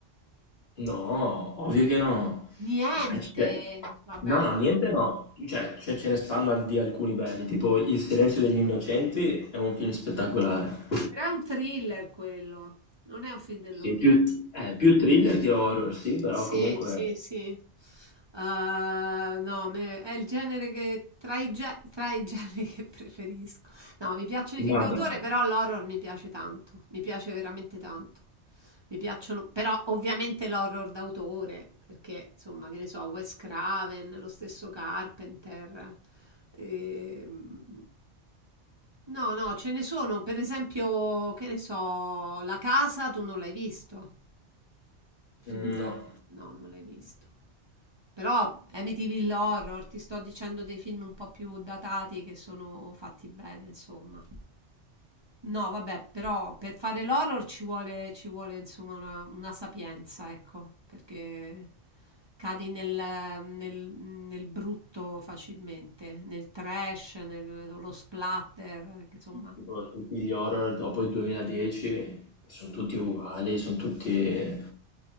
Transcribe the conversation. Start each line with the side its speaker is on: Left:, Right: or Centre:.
Left: No, ovvio che no.
Right: Niente,
Left: Ah, c- cioè,
Right: vabbè.
Left: no, no, niente no. Cioè, cioè, ce ne stanno al- di alcuni belli, tipo Il silenzio degli innocenti è un film spettacolare.
Right: Però è un thriller quello, non è un film dell'orrore.
Left: Sì, più, eh, più thriller che horror, sì, però
Right: Sì,
Left: comunque...
Right: sì, sì. Ah, no, a me- è il genere che tra i, ge- tra i <laughs> generi che preferisco. No, mi piacciono i film
Left: Ma
Right: d'autore,
Left: bravo.
Right: però l'horror mi piace tanto. Mi piace veramente tanto. Mi piacciono, però ovviamente l'horror d'autore, perché insomma, che ne so, Wes Craven, lo stesso Carpenter. ehm, No, no, ce ne sono, per esempio, che ne so, La casa tu non l'hai visto. Il Film
Left: Mm,
Right: da casa.
Left: No.
Right: No, non l'hai visto. Però Amityville Horror, ti sto dicendo dei film un po' più datati che sono fatti bene, insomma. No, vabbè, però per fare l'horror ci vuole, ci vuole insomma una, una sapienza, ecco, perché cadi nel, nel- nel brutto facilmente, nel trash, nello splatter, che, insomma.
Left: Tipo tutti gli horror dopo il 2010 sono tutti uguali, sono tutti...